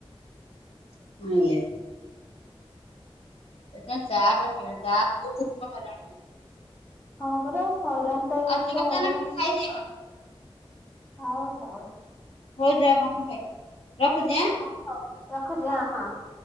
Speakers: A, on the left; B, on the left.
A: <inaudible> <unintelligible>
B: ହଁ, ପରା ହଇରାଣ୍ ତ ଏ
A: ଆଉ
B: ମଣିଷ
A: ଯୋଉ
B: ହଇରା
A: ଯାହା ଖାଇଦିଅ
B: ହଉଚି
A: <unintelligible>
B: <inaudible>